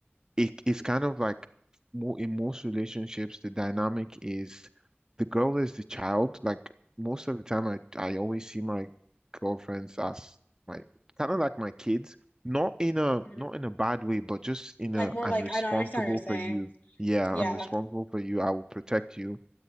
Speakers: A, on the right (about 15°); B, on the left (about 45°).
A: it, it's kind of like more in most relationships, the dynamic is the girl is the child. Like most of the time, I I always see my girlfriends as my kind of like my kids. Not in a
B: hmm
A: not in a bad way, but just in
B: Like
A: a
B: more
A: I'm
B: like
A: responsible
B: I don't I understand what you're saying.
A: for you. Yeah,
B: Yeah.
A: I'm responsible for you. I will protect you.